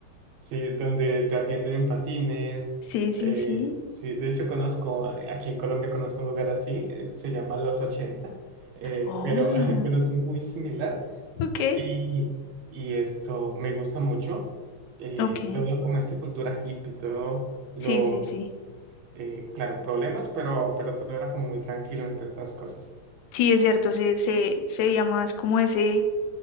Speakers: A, on the right; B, on the left.
A: sí, donde te atienden en patines.
B: sí, sí,
A: eh,
B: sí.
A: sí, de hecho conozco, eh, aquí en Colombia conozco un lugar así, eh, se llama Los ochenta eh,
B: Oh,
A: pero, <laughs> pero es muy similar.
B: ok,
A: Y, y esto me gusta mucho, eh,
B: ok.
A: todo como esta cultura hippie, todo lo,
B: Sí, sí, sí.
A: eh, claro, problemas, pero, pero todo era como muy tranquilo entre otras cosas.
B: Sí, es cierto, se, se, se veía más como ese,